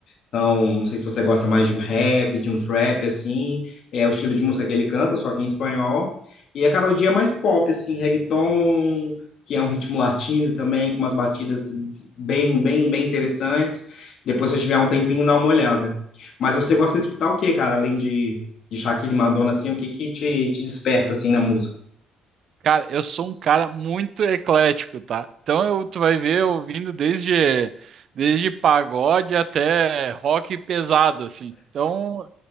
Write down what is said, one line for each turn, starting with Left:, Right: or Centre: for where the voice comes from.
Left: então, não sei se você gosta mais de um rap, de um trap, assim. É o estilo de música que ele canta, só que em espanhol. E a Karol G é mais pop, assim, reggaeton, que é um ritmo latino também, com umas batidas bem, bem, bem interessantes. Depois, se você tiver um tempinho, dá uma olhada. Mas você gosta de escutar o quê, cara? Além de, de Shakira e Madonna, assim, o que que te, te desperta, assim, na música?
Right: Cara, eu sou um cara muito eclético, tá? Então eu, tu vai ver eu ouvindo desde, desde pagode até rock pesado, assim. Então